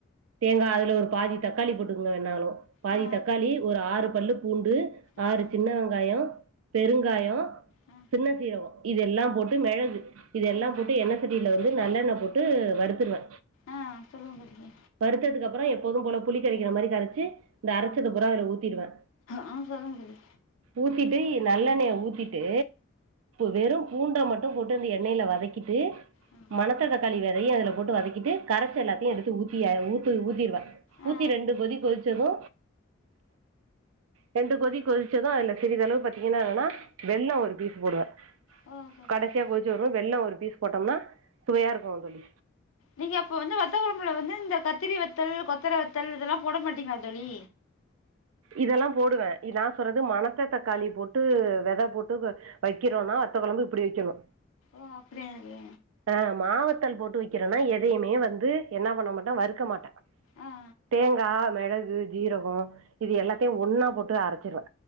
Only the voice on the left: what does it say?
ஆ ஆ
ஆ
ஆ
ஆ
ஆ அப்பறோ தோழி
ஆ சொல்லுங்க தோழி
ஆ
ஆ
ஓ சொல்லுங்க
நீங்க அப்ப வந்து வத்த கொழம்புல வந்து இந்த கத்திரி வத்தல் கொத்தர வத்தல் இதெல்லா போட மாட்டீங்ளா தோழி
ஓ அப்டியாவே
ஆ